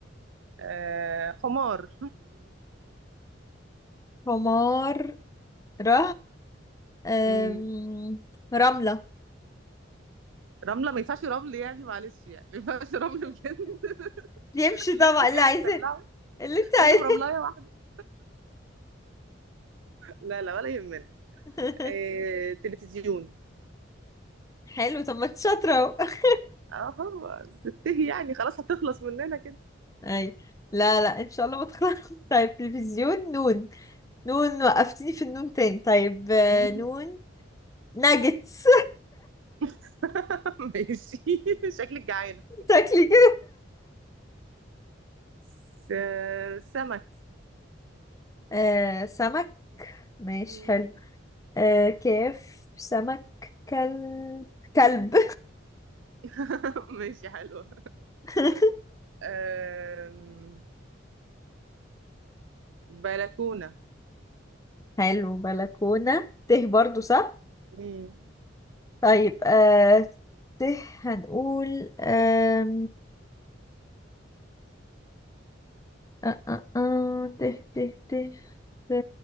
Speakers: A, on the right (about 80°); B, on the left (about 20°).
A: آه حمار
B: حمار ره
A: <laughs>
B: آم،
A: امم
B: رملة
A: رملة ما ينفعش رمل يعني معلش يعني ما ينفعش رمل بجد <laughs>
B: يمشي
A: لازم
B: طبعا
A: يعني
B: اللي عايزاه
A: ندلعه
B: اللي انت
A: لازم
B: عايزاه
A: رملاية واحدة لا لا ولا يهمنا
B: <laughs>
A: آه تلفزيون
B: حلو طب ما انت شاطرة اهو
A: اه خلاص تنتهي يعني خلاص هتخلص مننا كده
B: اي لا لا ان شاء الله ما تخلص <laughs> طيب تلفزيون نون نون وقفتني في النون تاني طيب آه،
A: مم.
B: نون ناجتس
A: <laughs> ماشي <laughs> شكلك جعانة
B: <laughs> تاكلي كده
A: س- سمك
B: آه سمك ماشي
A: مم.
B: حلو آه كيف سمك كلب كلب
A: <laughs> ماشي حلوة
B: <laughs>
A: أم... بلكونة
B: حلو بلكونة ته برضو صح
A: مم.
B: طيب آه ته هنقول آه آه آه آه ته ته ته ته